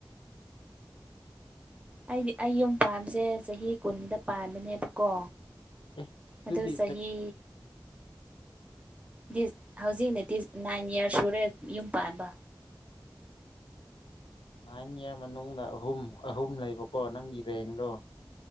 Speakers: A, on the left; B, on the right.
A: <inaudible>
B: ꯑꯩꯗꯤ ꯑꯩ ꯌꯨꯝ ꯄꯥꯟꯕꯁꯦ ꯆꯍꯤ ꯀꯨꯟꯗ ꯄꯥꯟꯕꯅꯦꯕꯀꯣ
A: ꯑꯦ ꯑꯗꯨꯗꯤ
B: ꯑꯗꯣ ꯆꯍꯤ ꯗꯤꯁ ꯍꯧꯖꯤꯛ ꯂꯦꯇꯤꯁ ꯅꯥꯏꯟ ꯏꯌꯥꯔ ꯁꯨꯔꯦ ꯌꯨꯝ ꯄꯥꯟꯕ
A: ꯅꯥꯏꯟ ꯏꯌꯥꯔ ꯃꯅꯨꯡꯗ ꯑꯍꯨꯝ ꯑꯍꯨꯝ ꯂꯩꯕꯀꯣ ꯅꯪꯒꯤ ꯔꯦꯡꯗꯣ